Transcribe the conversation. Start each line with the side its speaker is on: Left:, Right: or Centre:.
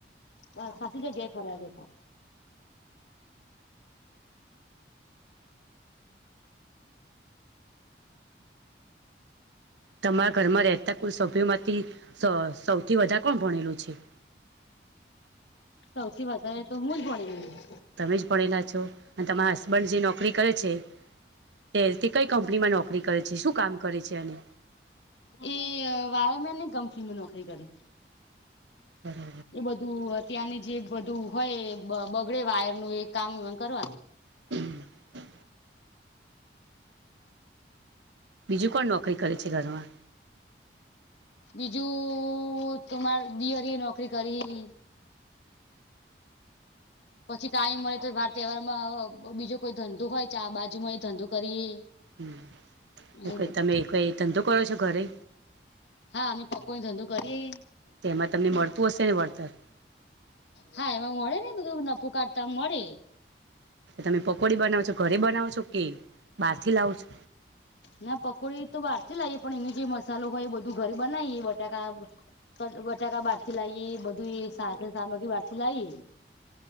Left: બ ખાસી જ ગ થ્યા ગે છે
Right: તમારા ઘરમાં રહેતા કુલ સભ્યો માંથી સૌથી વધારે કોણ ભણેલું છે
Left: સૌથી વધારે તો હું જ ભણી ગું
Right: તમે જ પડેલા છો અને તમારા હસબન્ડ જે નોકરી કરે છે તે તે કઈ કંપનીમાં નોકરી કરે છે શું કામ કરે છે અને
Left: એ વાવ મેને કપની માં નોકરી કરી
Right: <inaudible>
Left: એ બધું અત્યારની જે બધું હોય બગડે વાયરનું એ કામ કરવાનું
Right: <inaudible> બીજું કોણ નોકરી કરે છે ઘરમાં
Left: બીજું તમારે દીયરીએ નોકરી કરી પછી તાઈમ મળે તો વાર તહેવારમાં બીજો કોઈ ધંધો હોય ચા બાજુમાં એ ધંધો કરીએ
Right: હમ
Left: એવું બધું
Right: તમે કોઈ ધંધો કરો છો ઘરે
Left: હા અમે પકો ને ધંધો કરીએએ
Right: તેમાં તમને મળતું હશે ને વળતર
Left: હા એમાં મળે ને બધું નફું કાઢતા મળે
Right: તમે પકોડી બનાવો છો ઘરે બનાવો છો કે બહારથી લાવો છો
Left: ના પકોડી તો બહાર થી લાવએ પણ એનું જે મસાલો હોય એ બધું ઘરે બનાવીએ બટાકા. બટાકા બારતી લાઈ બધું સા સામગ્રી બારતી લાયી.